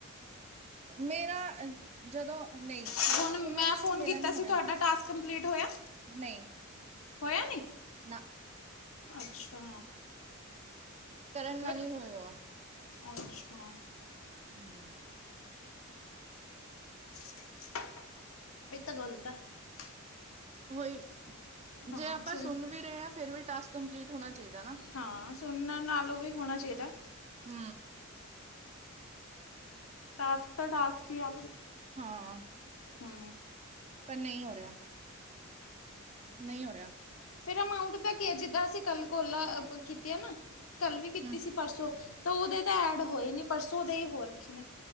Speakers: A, on the right; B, on the left.
A: ਮੇਰਾ ਜਦੋਂ ਨਹੀਂ
B: ਹੁਨ
A: ਸੁਣਨ
B: ਮੈਂ
A: ਨਾਲ
B: ਫੋਨ
A: ਮੇਰਾ
B: ਕੀਤਾ
A: ਨਹੀਂ
B: ਸੀ
A: ਹੋ ਰਿਹਾ
B: ਤੁਹਾਡਾ ਟਾਸਕ ਕੰਪਲੀਟ ਹੋਇਆ
A: ਨਹੀਂ
B: ਹੋਇਆ ਨੀ
A: ਨਾ
B: ਅੱਛਾ
A: ਤਰਨ ਨਾਲ
B: ਲਕ
A: ਈ ਹੋਇਆ
B: ਅੱਛਾ
A: ਹੁ
B: <inaudible> ਇਹਏ ਤਾਂ ਗੋਲਤਾ <unintelligible>
A: ੳਹੀ
B: ਹਾਂ
A: ਜੇ ਆਪਾਂ
B: ਸੁਣ
A: ਸੁਨ ਵੀ ਰਹੇ ਹਾਂ ਫਿਰ ਵੀ ਟਾਸਕ ਕੰਪਲੀਟ ਹੋਣਾ ਚਾਹੀਦਾ ਨਾ
B: ਹਾਂ ਸੁਣਨ ਨਾਲੋਂ ਵੀ ਹੋਣਾ ਚਾਹੀਦਾ
A: ਹੁ
B: ਟਾਸਕ ਤਾਂ ਟਾਸਕ ਈ ਆ
A: ਹਾਂ
B: ਹੁ
A: ਪਰ ਨਹੀਂ ਹੋ ਰਿਹਾ ਨਹੀਂ ਹੋ ਰਿਹਾ
B: ਫੇਰ ਅਮਾਊਂਂਟ ਦਾ ਕੀ ਹੈ ਜਿੱਦਾਂ ਅਸੀਂ ਕੱਲ ਕੋਲਾ ਕੀਤੀਆਂ ਨਾ ਕੱਲ ਵੀ ਕੀਤੀ
A: ਹੂੰ
B: ਸੀ ਪਰਸੋਂ ਤਾਂ ਉਹਦੇ ਤਾਂ ਐਡ ਹੋਏ ਨੀ ਪਰਸੋਂ ਉਹਦੇ ਹੀ ਹੋ ਰੱਖੇ ਨੇ